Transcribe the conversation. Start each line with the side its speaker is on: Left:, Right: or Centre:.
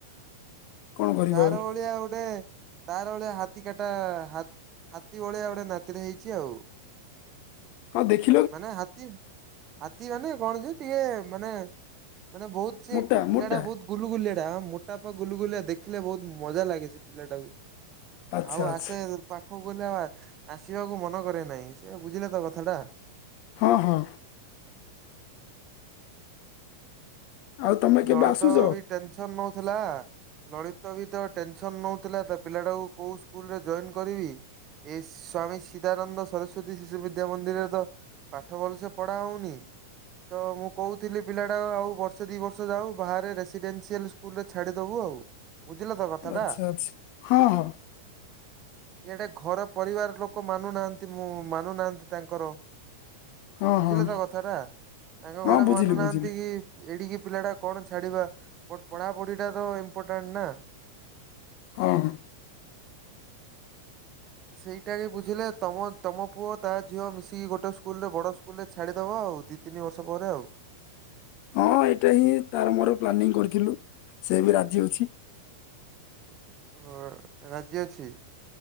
Left: କଣ କରିବ
Right: ତାର
Left: ଆଉ
Right: ଭଳିଆ ଗୋଟେ ତାର ଭଳିଆ ହାତୀ କାଟା ହା-ହାତୀ ଭଳିଆ ଗୋଟେ ନାତିଟେ ହେଇଛି ଆଉ।
Left: ହଁ ଦେଖି
Right: ମାନେ ହାତୀ, ହାତୀ ମାନେ କଣ ଯେ ଟିକେ ମାନେ ମାନେ ବହୁତ ସେ
Left: ମୋଟା
Right: ପିଲାଟା
Left: ମୋଟା
Right: ବହୁତ ଗୁଲୁଗୁଲିଆଟା, ହଁ ମୋଟା ପା ଗୁଲୁଗୁଲିଆ ଦେଖିଲେ ବହୁତ ମଜା ଲାଗେ ସେ ପିଲାଟାକୁ।
Left: ଆଚ୍ଛା
Right: ଆଉ
Left: ଆଚ୍ଛା
Right: ଆସେ ପାଖକୁ ଗଲେ ଆଉ ଆ-ଆସିବାକୁ ମନ କରେନାହିଁ। ସେୟା ବୁଝିଲେ ତ କଥାଟା?
Left: ହଁ, ହଁ। ଆଉ ତମେ କେବେ
Right: ଗଣିତ
Left: ଆସୁଛ
Right: ବି ଟେନସନ ନଉଥିଲା ଲଳିତ ବି ତ ଟେନସନ ନଉଥିଲା, ତା ପିଲାଟାକୁ କୋଉ ସ୍କୁଲରେ ଜଇନ୍ କରିବି? ଏଇ ସ୍ଵାମୀ ସିଦାନନ୍ଦ ସରସ୍ଵତୀ ଶିଶୁ ବିଦ୍ୟା ମନ୍ଦିରରେ ତ ପାଠ ଭଲସେ ପଢା ହଉନି, ତ ମୁଁ କହୁଥିଲି ପିଲାଟା ଆଉ ବର୍ଷେ ଦି ବର୍ଷ ର୍ଷ ଯାଉ, ବାହାରେ ରେସିଡେନ୍ସିଆଲ୍ ସ୍କୁଲରେ ଛାଡିଦବୁ ଆଉ। ବୁଝିଲ ତ କଥାଟା।
Left: ଆଚ୍ଛା, ଆଚ୍ଛା। ହଁ, ହଁ।
Right: ଇଆଡେ ଘର ପରିବାର ଲୋକ ମାନୁନାହାଁନ୍ତି ମୁଁ, ମାନୁନାହାଁନ୍ତି ତାଙ୍କର।
Left: ହଁ
Right: ବୁଝିଲେ
Left: ହଁ
Right: ତ କଥାଟା? ତାଙ୍କ
Left: ହଁ
Right: ଘରେ ମାନୁନାହାଁନ୍ତି
Left: ବୁଝିଲି ବୁଝିଲି
Right: କି ଏଡିକି ଡିକି ପିଲାଟା କଣ ଛାଡିବା, ବଟ ପଢାପଢିଟା ତ ଇମ୍ପୋର୍ଟାଣ୍ଟ ନା?
Left: ହଁ, ହଁ।
Right: ସେଇଟା କି ବୁଝିଲେ ତମ ତମ ପୁଅ ତା ଝିଅ ମିଶିକି ଗୋଟେ ସ୍କୁଲରେ ବଡ ସ୍କୁଲରେ ଛାଡ଼ିଦବ ଆଉ, ଦି ତିନି ବର୍ଷ ପରେ ଆଉ।
Left: ହଁ, ଏଇଟା ହିଁ ତାର ମୋର ପ୍ଲାନିଂ କରିଥିଲୁ, ସେ ବି ରାଜି ଅଛି।
Right: ହଁ, ରାଜି ଅଛି?